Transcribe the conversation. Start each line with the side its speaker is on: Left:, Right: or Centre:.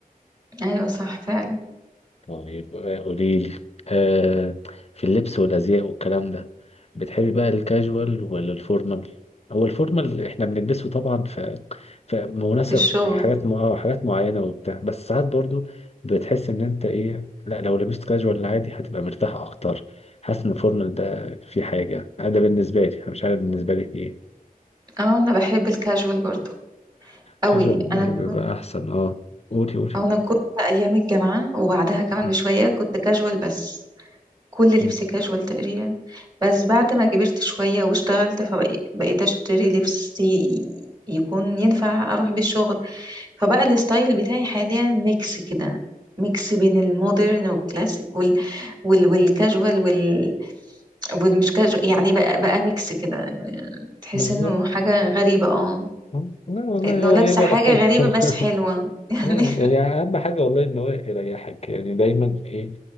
Right: ايوه صح فعلا
Left: طيب آه، قولي لي آه في اللبس والازياء والكلام ده بتحبي بقى الكاجوال ولا الفورمال هو الفورمال احنا بنلبسه طبعا ف فمناسب
Right: بالشغل
Left: يعني حاجات م... اه حاجات معينه وبتاع بس ساعات برضو بتحس ان انت ايه لا لو لبست كاجوال عادي هتبقى مرتاح اكتر حاسس ان الفورمال ده في حاجه أنا ده بالنسبه لي انا مش عارف بالنسبه لك ايه
Right: اه انا بحب الكاجوال برضو قوي
Left: كاجوال
Right: انا كنت
Left: بيبقى احسن اه قولي قولي
Right: أو انا كنت ايام الجامعة وبعدها كمان
Left: م-
Right: بشوية كنت كاجوال بس كل لبس
Left: م.
Right: كاجوال تقريبا بس بعد ما كبرت شوية واشتغلت فبقيت اشتري لبس ي- يكون ينفع اروح بيه الشغل فبقى الستايل بتاعي حاليا ميكس كده ميكس بين المودرن والكلاسيك وال... وال... والكاجوال وال... والمش كاجوال يعني بقى بقى ميكس كده يعني تحس
Left: بالظبط
Right: انه حاجة غريبة اه
Left: لا والله
Right: انه
Left: ولا
Right: لابسة
Left: غريب ولا
Right: حاجة
Left: حاجة
Right: غريبة
Left: <laughs>
Right: بس حلوة <laughs> يعني
Left: اه يعني اهم حاجه والله ان هو يريحك يعني دايما ايه